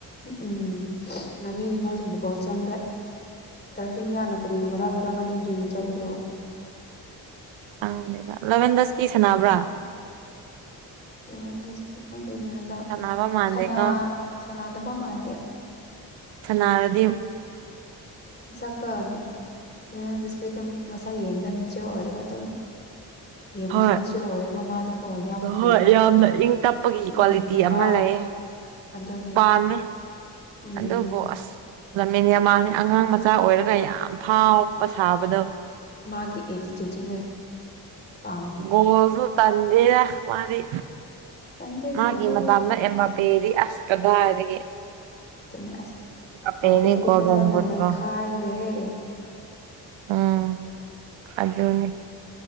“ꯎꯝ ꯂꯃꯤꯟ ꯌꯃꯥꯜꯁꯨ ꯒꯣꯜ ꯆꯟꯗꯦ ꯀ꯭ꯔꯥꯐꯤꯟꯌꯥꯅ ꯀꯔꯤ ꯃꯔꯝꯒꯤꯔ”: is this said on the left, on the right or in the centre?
Left